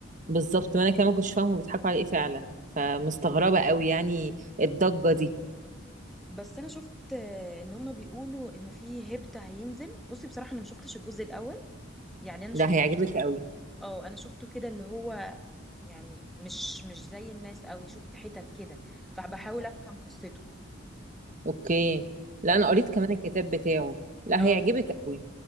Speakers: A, on the right; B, in the centre.
A: بالظبط ما انا كمان كنتش فاهمه بيضحكوا على ايه فعلا فمستغربه قوي يعني الضجه دي
B: بس انا شفت آه، ان هما بيقولوا ان في هيبت هينزل بصي بصراحه انا ما شفتش الجزء الاول يعني انا
A: لا
B: شفت
A: هيعجبك قوي
B: اه انا شفته كده اللي هو يعني مش مش زي الناس قوي شفت حتت كده فبحاول افهم قصته
A: اوكي لا
B: لكن
A: انا قريت كمان الكتاب بتاعه لا
B: اه
A: هيعجبك قوي